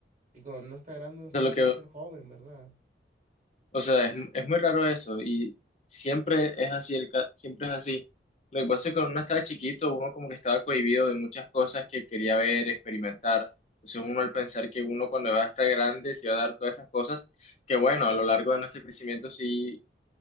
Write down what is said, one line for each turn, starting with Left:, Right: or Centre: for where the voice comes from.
Right: Y cuando uno está grande, uno
Left: O
Right: solo
Left: sea, lo
Right: quiere
Left: que,
Right: ser joven, ¿verdad?
Left: O sea, es, es muy raro eso y siempre es así, el ca- siempre es así. Lo que pasa es que cuando uno estaba chiquito, uno como que estaba cohibido de muchas cosas que quería ver, experimentar. Entonces uno al pensar que uno cuando va a estar grande se va a dar todas esas cosas, que bueno, a lo largo de nuestro crecimiento sí